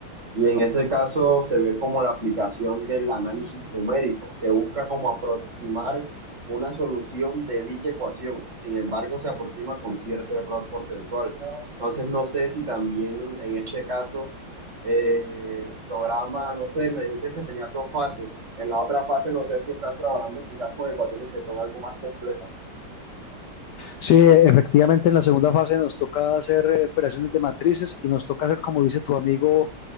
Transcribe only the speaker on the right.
Y en ese caso se ve como la aplicación del análisis numérico, que busca como aproximar una solución de dicha ecuación. Sin embargo, se aproxima con cierto error porcentual. Entonces, no sé si también en este caso eh, el programa, no sé, me dices que tenía dos fases. En la otra fase, no sé si estás trabajando quizás con ecuaciones que son algo más complejas.